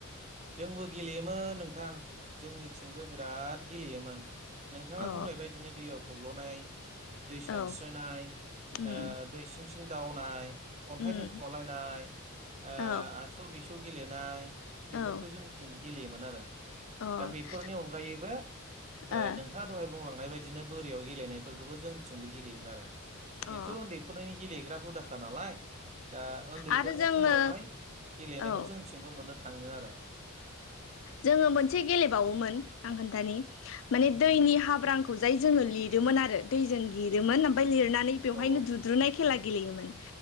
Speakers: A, on the right; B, on the left.
A: जोंबो गेलेयोमोन नोंथां जोंनिथिंबो बिराद गेलेयोमोन नोंथाङा
B: अ
A: बुंनाय बदिनो दैयाव थब्ल'नाय <inaudible> दै सानस्रोनाय
B: औ उम
A: ओ दै सिं सिं सिं दावनाय अन्थाइ
B: उम
A: दोनखोमालायनाय ओ
B: औ
A: आस' बिस' थु गेलेनाय बेफोरखौ
B: औ
A: जों मिथिनो मोन गेलेयो मोन आरो‌
B: अ ओ
A: दा बेफोरनि अनगायैबो ओ
B: अ
A: नोंथाङा दहाय बुंलांनाय बायदिनो बोरियाव गेलेनायफोरखौबो जोंनिथिंबो गेलेयोमोन आरो बेथ'
B: ओ
A: उन्दैफोरनि गेलेग्रा हुदाखा नालाय दा उन्दैफोरनि
B: आरो जोङो
A: समावहाय गेलेनायखौ
B: औ
A: जोंथिंबो मोननो था थाङो आरो
B: जोङो मोनसे गेलेबावोमोन आं खोनथानि माने
A: उम
B: दैनि हाब्रांखौ जाय जों जोङो लिरोमोन आरो दैजों लिरोमोन ओमफ्राय लिर लिरनानै बेवहायनोु
A: अ
B: दुद्रुनाय खेला गेलेयोमोन